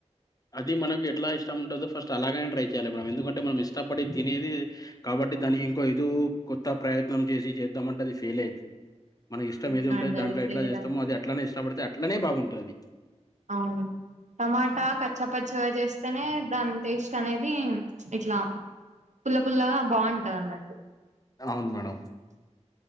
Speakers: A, on the left; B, on the right.
A: అది మనకు ఎట్లా ఇష్టం ఉంటుందో ఫస్ట్ అలాగనే ట్రై చేయాలి మనం ఎందుకంటే మనం ఇష్టపడి తినేది కాబ అంటే దాని ఇంకో ఏదో కొత్త ప్రయత్నం చేసి చేద్దామంటే అది ఫెయిల్ అయింది. మన ఇష్టం
B: అవునండి
A: ఏది ఉంటది దాంట్లో
B: అది ఫెయిల్
A: ఎట్ల చేస్తమో
B: అయింది
A: అది అట్లనే ఇష్టపడితే అట్లనే బాగుంటది.
B: అవును టమాటా కచ్చపచ్చగా చేస్తేనే దాని టేస్ట్ అనేది ఇట్లా పుల్ల పుల్లగా బాగుంటది అన్నట్టు
A: అవును మేడం